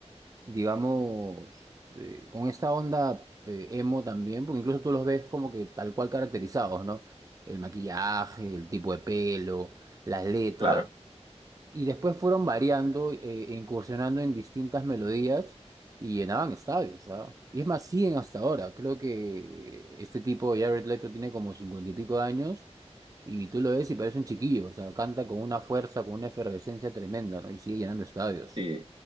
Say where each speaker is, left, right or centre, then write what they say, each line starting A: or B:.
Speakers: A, on the right; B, on the right.
A: digamos, eh, con esta onda eh, emo también, porque incluso tú los ves como que tal cual caracterizados, ¿no? El maquillaje, el tipo de pelo, las letras.
B: claro.
A: Y después fueron variando, eh, e incursionando en distintas melodías y llenaban estadios, ¿ah? Y es más, siguen hasta ahora. Creo que este tipo, Jared Leto, tiene como cincuenta y pico de años y tú lo ves y parece un chiquillo, o sea, canta con una fuerza, con una efervescencia tremenda, ¿no? Y sigue llenando estadios.
B: Y, y,